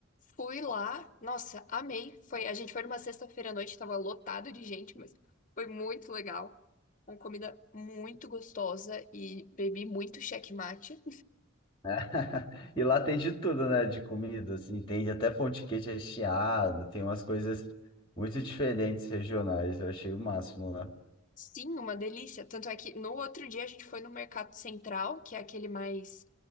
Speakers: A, on the left (about 40°); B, on the left (about 25°).
A: Fui lá, nossa, amei. Foi, a gente foi numa sexta-feira à noite, tava lotado de gente, mas foi muito legal. Uma comida muito gostosa e bebi muito checkmate.
B: <laughs> E lá tem de tudo, né? De comida, assim, tem até pão de queijo recheado, tem umas coisas muito diferentes regionais. Eu achei o máximo lá.
A: Sim, uma delícia. Tanto é que no outro dia a gente foi no Mercado Central, que é aquele mais